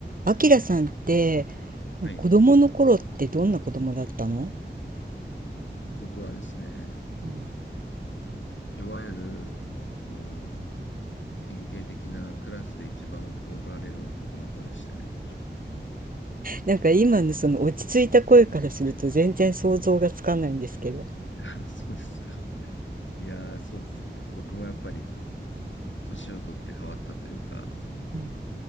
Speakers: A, on the right; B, on the left.
A: あきらさんって
B: はい。
A: 子供の頃ってどんな子供だったの
B: 僕はですね、
A: うん
B: いわゆる、こう、典型的なクラスで一番怒られる男の子でしたね。
A: なんか今のその落ち着いた声からすると全然想像がつかないんですけど。
B: はい。<laughs> あ、そうですか。いやー、そうですね。僕もやっぱり年を取って変わったというか、
A: うん